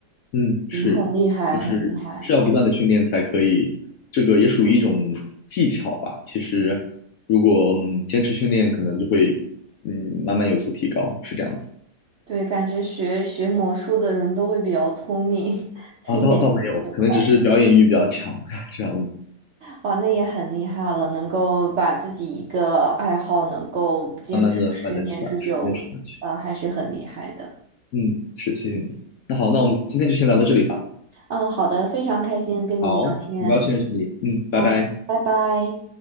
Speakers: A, on the left (about 70°); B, on the right (about 65°).
A: 嗯，是，
B: 嗯，很厉害，
A: 就是是要不断的训练才可以，
B: 很厉害。
A: 这个也属于一种技巧吧。其实，如果嗯坚持训练，可能就会嗯慢慢有所提高，是这样子
B: 对，感觉学学魔术的人都会比较聪明，<laughs>
A: 啊。
B: 眼睛手快。
A: 倒倒没有，可能只是表演欲比较强 <laughs> 这样子，
B: 哇，那也很厉害了，能够把自己一个爱好能够坚持十年之久，
A: 慢慢的发展出来，是坚持下去。
B: 呃，还是很厉害的。
A: 嗯，是，谢谢你。那好，那我们今天就先聊到这里吧。
B: 嗯，好的，非常开心跟你聊天。
A: 好，很高兴认识你。嗯，拜拜。
B: 嗯，拜拜。